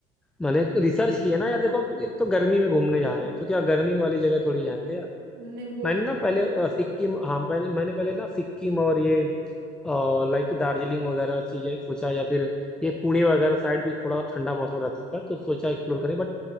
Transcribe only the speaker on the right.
नहीं वो
तो